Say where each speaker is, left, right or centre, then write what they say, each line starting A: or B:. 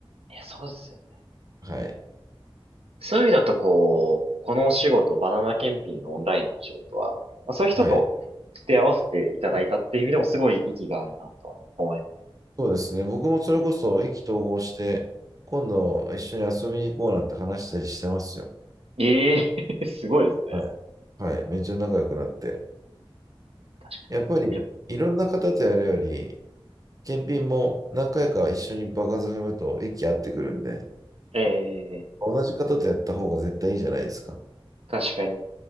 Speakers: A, on the right (about 85°); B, on the right (about 35°).
A: や、そうですよね。
B: はい。
A: そういう意味だとこう、このお仕事、バナナ検品のオンラインのお仕事は、まあそういう人と付き合わせていただいたっていう意味でもすごい意義があるなとは思います。
B: はい。そうですね。僕もそれこそ意気投合して、今度一緒に遊びに行こうなんて話したりしてますよ。
A: ええ <laughs> すごいですね。
B: はい。はい。めっちゃ仲良くなって。
A: 確かに。
B: やっぱり、
A: いや
B: いろんな方とやるより、検品も何回か一緒に場数踏むと息合ってくるんで、
A: ええ
B: 同じ方とやった方が絶対いいじゃないですか。
A: 確かに。